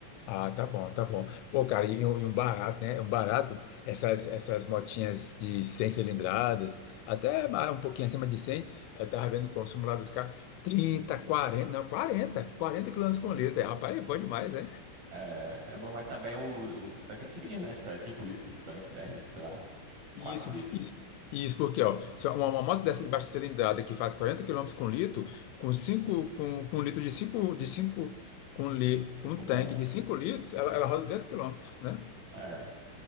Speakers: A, on the left; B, on the right.
A: Ah, tá bom, tá bom. Pô, cara, e um, e um barato, né? Um barato, essas, essas motinhas de 100 cilindradas, até ma- um pouquinho acima de 100, eu tava vendo o consumo lá dos caras, 30, 40, não, quarenta, quarenta quilômetros por litro. É, rapaz, é bom demais, né?
B: É, é bom, mas também o, o tanque é pequenininho, né? Tipo, é 5 litros de tanque, 10 sei lá, 4
A: Isso,
B: litros
A: isso. Isso porque, ó, se uma, uma moto dessa de baixa cilindrada que faz 40 quilômetros com litro, com cinco com, com um litro de cinco, de cinco com, li, com um
B: um tanque.
A: tanque de 5 litros, ela, ela roda 200 quilômetros, né?
B: É.